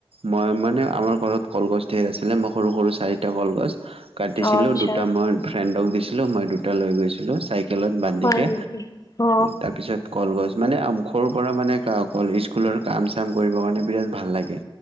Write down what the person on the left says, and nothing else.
অ আচ্ছা
হয় নেকি অ